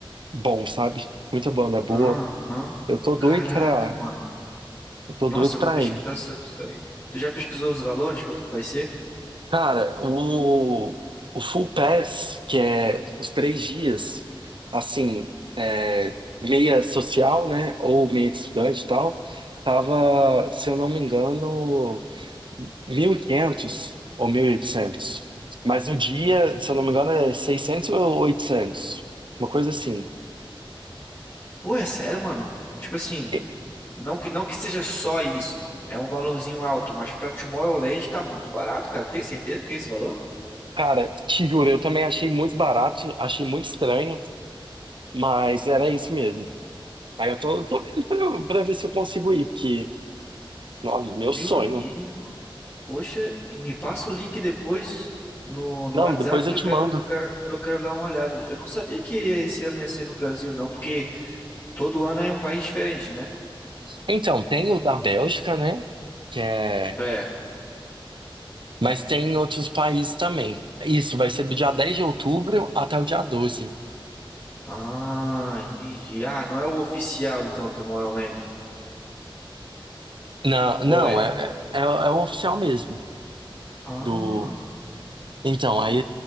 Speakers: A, on the right; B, on the left.
A: bom, sabe? Muita banda boa.
B: Aham.
A: Eu tô doido
B: Caraca,
A: pra.
B: mano.
A: Eu tô
B: Nossa,
A: doido
B: eu
A: pra
B: vou pesquisar
A: ir.
B: sobre isso aí. Tu já pesquisou os valores, quanto que vai ser?
A: Cara, o, o Full Pass, que é os três dias, assim, é, meia social, né, ou meia de estudante e tal, tava, se eu não me engano, 1.500 ou mil e oitocentos Mas o dia, se eu não me engano, é 600 ou oitocentos uma coisa assim.
B: Pô, é sério, mano? Tipo assim,
A: E,
B: não que não que seja só isso. É um valorzinho alto, mas pra Tomorrowland tá muito barato, cara. Tem certeza que é esse valor?
A: cara, te juro, eu também achei muito barato, achei muito estranho, mas era isso mesmo. Aí eu tô, tô vendo pra, eu- pra ver se eu consigo ir, porque. Nossa, meu
B: Meu
A: sonho.
B: amigo, poxa, me passa o link depois no, no
A: Não,
B: WhatsApp
A: depois eu
B: que
A: te
B: eu quero,
A: mando.
B: eu quero, eu quero dar uma olhada. Eu não sabia que esse ano ia ser no Brasil, não, porque todo ano é um país diferente, né?
A: Então, tem o da Bélgica, né? Que é...
B: É.
A: Mas tem em outros países também. Isso vai ser do dia dez de outubro até o dia doze
B: Ah, entendi. Ah, não é o oficial então, Tomorrowland.
A: Não,
B: Ou
A: não,
B: é?
A: é, é, é é o oficial mesmo.
B: Ah,
A: Do... Então, aí,